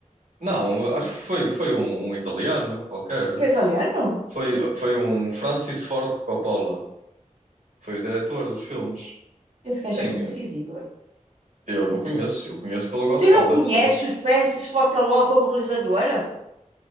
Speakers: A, on the right (about 80°); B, on the right (about 60°).
A: Não, acho
B: O-
A: que foi, foi um, um italiano qualquer.
B: Foi italiano?
A: Foi,
B: Oh,
A: foi um Francis Ford Coppola. Foi o diretor dos filmes.
B: esse gajo
A: Sim,
B: é conhecido, Igor.
A: eu não conheço. Eu conheço pelo Godfather
B: Tu não conheces
A: só.
B: o Francis Ford Coppola como realizador?